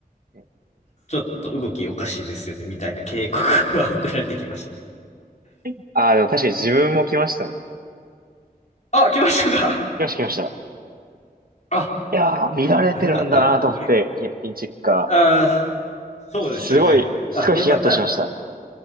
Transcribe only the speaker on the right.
ええ。
<laughs> ああ、でも確かに自分も来ましたね。
来ました、来ました。
いやー、見られてるんだなと思って、
検品チェッカ
ー。
すごい、すごいヒヤッとしました。